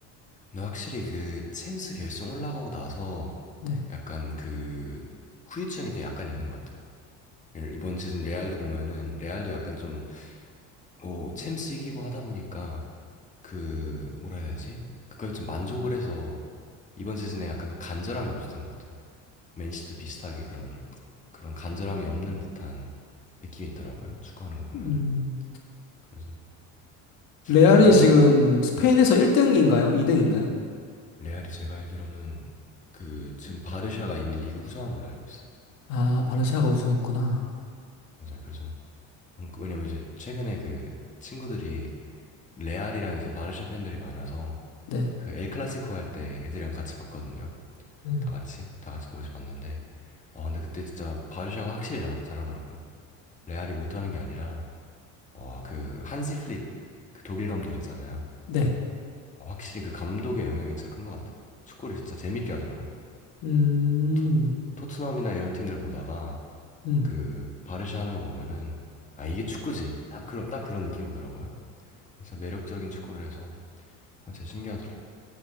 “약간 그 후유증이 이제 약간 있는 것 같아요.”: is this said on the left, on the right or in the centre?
Left